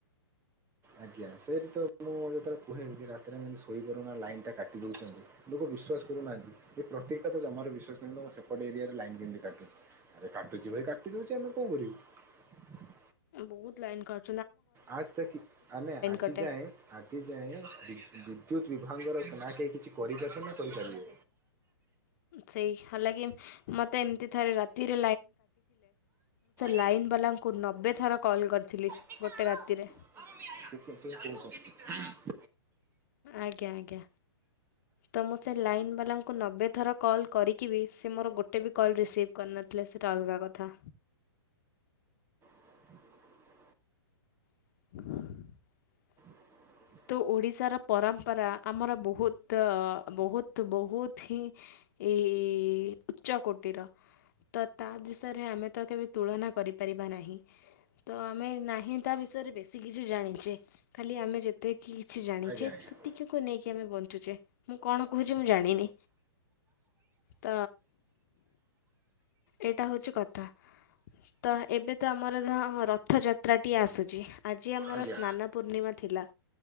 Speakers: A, on the right; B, on the left.
A: ଆଜ୍ଞା, ସେଇଠି ତ ମୁଁ ଯେତେବେଳେ କୁହେ, ଏମତି ରାତିରେ ଶୋଇପାରୁନା ଲାଇନା ଟା କାଟିଦେଉଛନ୍ତି। ଲୋକ ବିଶ୍ୱାସ କରୁନାହାନ୍ତି। ଏ ପ୍ରତିକ୍ ଟା ତ ଜମାରୁ ବିଶ୍ୱାସ କରୁନି। ତମ ସେପଟେ ଏରିଆରେ ଲାଇନ୍ କେମିତି କାଟୁଛି। ଆରେ କାଟୁଛି ଭାଇ କାଟି ଦଉଛି। ଆମେ କଣ କରିବୁ?
B: ବହୁତ ଲାଇନ କଟ୍।
A: ଆଜ ତକ୍ କି ଆମେ ଆଜି
B: କଟେ।
A: ଯାଏ, ଆଜି ଯାଏ ବିଦ୍ୟୁତ ବିଭାଗର ନା କେହି କିଛି କରିପାରିଛନ୍ତି ନା କରିପାରିବେ?
B: ସେଇ ହାଲାକି ମୋତେ ଏମିତି ଥରେ ରାତିରେ
A: <unintelligible>
B: ଲାଇନବାଲାଙ୍କୁ ନବେ ଥର କଲ୍ କରିଥିଲି।
A: <unintelligible>
B: ଗୋଟେ ରାତିରେ। ଆଜ୍ଞା ଆଜ୍ଞା ତ ମୁଁ ସେ ଲାଇନବାଲାଙ୍କୁ ନବେ ଥର କଲ କରିକି ବି ସେ ମୋର ଗୋଟେ ବି କଲ୍ ରିସିଭ୍ କରିନଥିଲା ସେଇଟା ଅଲଗା କଥା।
A: <inaudible>
B: <inaudible>
A: <inaudible>
B: ତ ଓଡ଼ିଶାର ପରମ୍ପରା ଆମର ବହୁତ ଅ ବହୁତ ବହୁତ ହିଁ ଏଇ ଉଚ୍ଚକୋଟିର। ତ ତା ବିଷୟରେ ଆମେ ତ କେବେ ତୁଳନା କରିପାରିବା ନାହିଁ। ତ ଆମେ ନାହିଁ ତା ବିଷୟରେ ବେଶୀ କିଛି ଜାଣିଛେ। ଖାଲି ଆମେ ଯେତିକି କିଛି ଜାଣିଛେ
A: ଆଜ୍ଞା
B: ସେତିକିକୁ
A: ଆଜ୍ଞା
B: ନେଇକି ଆମେ ବଞ୍ଚୁଛେ। ମୁଁ କଣ କହୁଛି ମୁଁ ଜାଣିନି। ତ ଏଇଟା ହଉଛି କଥା। ତ ଏବେ ତ ଆମର ଧର ରଥଯାତ୍ରାଟି ଆସୁଛି। ଆଜି ଆମର
A: ଆଜ୍ଞା।
B: ସ୍ନାନ ପୂର୍ଣ୍ଣିମା ଥିଲା।